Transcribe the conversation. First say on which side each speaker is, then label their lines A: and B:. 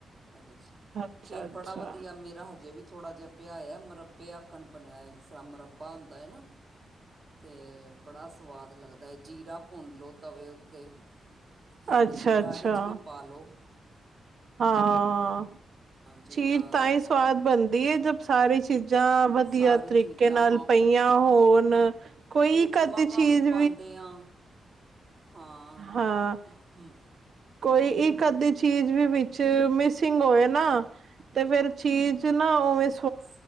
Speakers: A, on the right (about 35°); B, on the right (about 60°).
A: ਏਦੇ ਚ।
B: ਅੱਛਾ-ਅੱਛਾ,
A: ਫੇਰ ਬੜਾ ਵਧੀਆ ਮੇਰਾ ਹਜੇ ਵੀ ਥੋੜਾ ਜਾ ਪਿਆ ਆ ਮੁਰੱਬੇ ਅ ਕਣਪਨਿਆਇ ਜਿਸ ਤਰ ਮਰੱਬਾ ਹੁੰਦਾ ਐ ਨਾ। ਤੇ ਬੜਾ ਸਵਾਦ ਲੱਗਦੈ ਜੀਰਾ ਭੁੰਨ ਲਓ ਤਵੇ ਉੱਤੇ। ਹਿੰਗ
B: ਅੱਛਾ-ਅੱਛਾ
A: ਜੀਰਾ ਏਦੇ ਚ ਵੀ ਪਾਲੋ।
B: ਹਾਂ
A: ਜੀਰਾ
B: ਚੀਜ਼ ਤਾਂ ਈ ਸਵਾਦ ਬਣਦੀ ਏ ਜ ਸਾਰੀ ਚੀਜ਼ਾਂ ਵਧੀਆ
A: ਸਾਰੀ
B: ਤਰੀਕੇ
A: ਚੀਜ਼ਾਂ
B: ਨਾਲ ਪਈਆਂ ਹੋਣ ਕੋਈ ਇੱਕ
A: ਚ
B: ਅੱਧੀ
A: ਮਗਾਂ
B: ਚੀਜ਼
A: ਵੀ ਪਾਂਦੇ ਆ ਹਾਂ
B: ਹਾਂ
A: ਮ
B: ਕੋਈ ਇੱਕ ਅੱਧੀ ਚੀਜ਼ ਵੀ ਵਿੱਚ ਮਿਸਿੰਗ ਹੋਏ ਨਾ ਤੇ ਫੇਰ ਚੀਜ਼ ਨਾ ਓਵੇਂ
A: ਸ